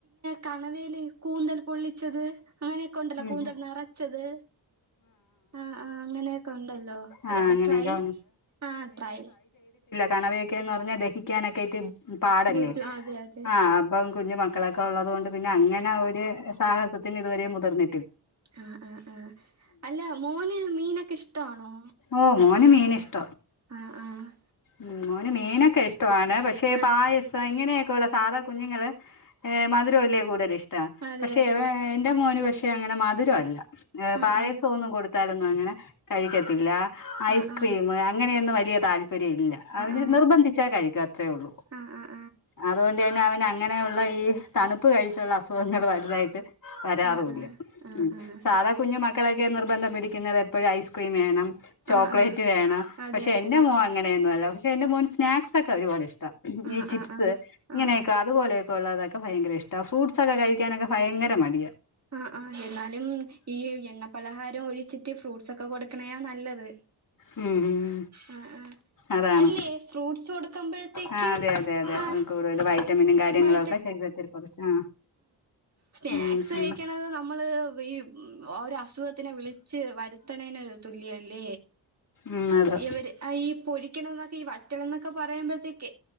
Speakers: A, on the right (about 35°); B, on the left (about 45°).
A: കണവേൽേ കൂന്തൽ പൊള്ളിച്ചത് അങ്ങനെയൊക്കെ ഉണ്ടല്ലോ
B: ഉം,
A: കൂന്തൽ
B: ഉം.
A: നിറച്ചത് ആ ആ അങ്ങനെയൊക്കെ ഉണ്ടല്ലോ അതൊക്കെ
B: ആ ആ അങ്ങനെയൊക്കെ
A: ട്രൈ ആ ട്രൈ
B: കണവൊക്കെന്ന് പറഞ്ഞാ ദഹിക്കാനൊക്കെ ആയിട്ട് പാടല്ലേ.
A: ബുദ്ധു അതെ അതെ
B: ആഹ് അപ്പം കുഞ്ഞു മക്കളൊക്കെ ഉള്ളത് കൊണ്ട് പിന്നെ അങ്ങനെ ഒരു സാഹസത്തിന് ഇതുവരെ മുതിർന്ന
A: ആ ആഹ ആ അല്ല മോന് മീനൊക്കെ ഇഷ്ടമാണോ
B: ഓ മോന് മീൻ ഇഷ്ട
A: ആ ആ
B: ഉം മോന് മീനൊക്കെ ഇഷ്ടമാണ് പക്ഷെ
A: ആഹ്
B: പായസം ഇങ്ങനെയെ സാധാ കുഞ്ഞുങ്ങൾ മധുരമല്ലെ കൂടുതൽ ഇഷ്ട്ടം
A: അതെ
B: പക്ഷെ
A: അതെ
B: ഇവ എന്റെ മോന് പക്ഷെ അങ്ങനെ മധുരമല്ല
A: ആഹ്
B: പായസമൊന്നും
A: ആഹ്
B: കൊടുത്താലൊന്നും അങ്ങനെ കഴിക്കത്തില്ല
A: ആഹ്
B: ഐസ്ക്രീം
A: ആഹ്
B: അങ്ങനെയൊന്ന് വലിയ താല് പര്യല്ല അവര്
A: ആഹ്
B: നിർബന്ധിച്ചാ കഴിക്ക അത്രേ ഉള്ളൂ
A: ആഹ് ആഹ് ആഹ്
B: അതൊണ്ട് എ അവൻ അങ്ങനെയുള്ള ഈ തണുപ്പ് കഴിച്ചുള്ള അസുഖങ്ങൾ വലുതായിട്ട് വരാറുമില്ല
A: ആഹ് ആഹ് ആഹ് ആഹ്
B: ഉം.
A: ആഹ്
B: സാധാ കുഞ്ഞു മക്കളൊക്കെ നിർബന്ധം പിടിക്കുന്നത് എപ്പോഴും ഐസ്ക്രീം വേണം ചോക്ലേറ്റ്
A: ആഹ് ആഹ്
B: വേണം.
A: അതെ
B: പക്ഷെ
A: അതെ
B: എന്റെ മോൻ അങ്ങനെയൊന്നുമല്ല പക്ഷെ എന്റെ മോന് സ്നാക്സ് ഒക്കെ ഒരുപാട് ഇഷ്ടം
A: ആഹ്
B: ഈ ചിപ്സ്
A: ആഹ് ആഹ്
B: ഇങ്ങനെയൊക്കെ
A: ആഹ് ആഹ്
B: അതുപോലെയൊക്കെ ഉള്ളതൊക്കെ ഭയങ്കരഇഷ്ട. ഫ്രൂട്ട്സ് ഒക്കെ കഴിക്കാനൊക്കെ ഭയങ്കര മടിയാണ്.
A: ആ ആ എന്നാലും ഈ എണ്ണ പലഹാരം ഒഴിച്ചിട്ട് ഫ്രൂട്ട്സ് ഒക്കെ കൊടുക്കണയാ നല്ലത്.
B: ഉം ഉം
A: ആ ആ
B: അതാണ്
A: അല്ലേ ഫ്രൂസ് കൊടുക്കുമ്പോഴത്തേക്കും
B: ആ അതെ അതെ അതെ
A: ആ
B: കൂടുതൽ വൈറ്റമിനും
A: വയ
B: <unintelligible> കുറച്ച് ആ
A: സ്നാക്ക്
B: ഉം
A: മിക്സ്
B: പിന്നെ
A: കഴിക്കണത് നമ്മള് ഈഓ അസുഖത്തിനെ വിളിച്ച് വരുത്തണേന് തുല്യ ല്ല
B: ഉം അതെ
A: ഇവര് ഈ പൊരിക്കണതൊക്കെ ഈ വറ്റ ലൊക്കെപറയുമ്പോഴത്തേക്ക്